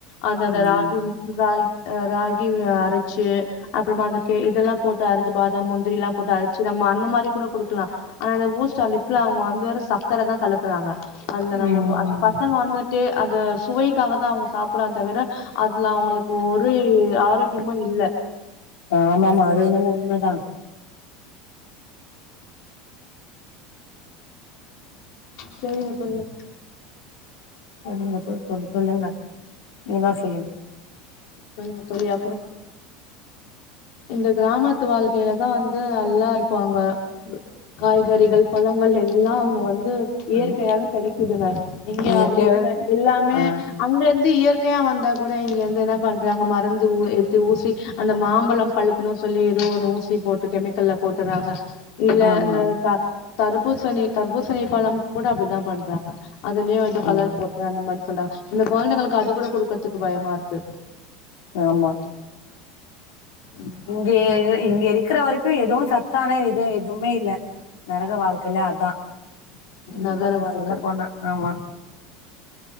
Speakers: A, on the left; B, on the left.
A: அந்தந்த
B: ம்
A: ராகி ராகி அ ராகி அரைச்சு அப்புறமா அந்த கே இதெல்லா போட்டு அரச்சு பாதாம் முந்திரிலா போட்டு அரச்சு நம்ம அந்த மாரி கூட குடுக்கலாம் ஆனா இந்த பூஸ்ட் ஆலிஸ்குலா அவங்க வந்து வற சக்கர தா கலக்குறாங்க அதுல நம்ம
B: ம்
A: ப அந்த பசங்க வந்துட்டு அது சுவைக்காக தா அவங்க சாப் ப்றான் தவிர அதுல அவங்களுக்கு ஒரு ஆரோக்கியமு இல்ல
B: ஆமாமா அது என்னமோ உண்மதா
A: செரிங்க தோழி
B: <unintelligible> தோழி சொல்லுங்க நீ தா சொல்லுங்
A: சொல்லுங்க தோழி அப்புறம் இந்த கிராமத்து வாழ்க்கையிலதா வந்து நல்லா இருப்பாங்க காய்கறிகள் பழங்கள் எல்லா அங்க வந் ந்து இயற்கையாவே
B: ம்
A: கெடைக்குதுங்க இங்க
B: இயற்கையாவே
A: அப்படி இல்ல எல்லாமே
B: ஆ
A: அங்க இருந்து இயற் கையா வந்தா கூட வந்து என்ன பண் நாங்க மரந்து எத்து ஊசி அந்த மாம்பழம் பழுக்கணும் சொல்லி ஏதோ ஒண்ணு ஊசி போட்டு கெமிக்கல்ல போட்டுறாங்க இல்ல
B: ஆமா
A: இந்த கா தர்பூசணி தர்பூசணி பழம் கூட அப்டிதா பண்றாங்க அதுலயு ஏதோ கலர்
B: ம்
A: போட்டு அந்த மாரி சொல்றாங் இந்த கொழந்தைங்களுக்கு அது கூட குடுக்கறதுக்கு பயமா இருக்கு
B: ஆமா <unintelligible>
A: ம்
B: இங்க இருக்கிற வரைக்கும் எதுவு சத்தான இது எதுவுமே இல்ல நரக வாழ்க்கையிலே அதா ம்
A: நகர வாழ்க்க
B: சொல்ல போனா ஆமா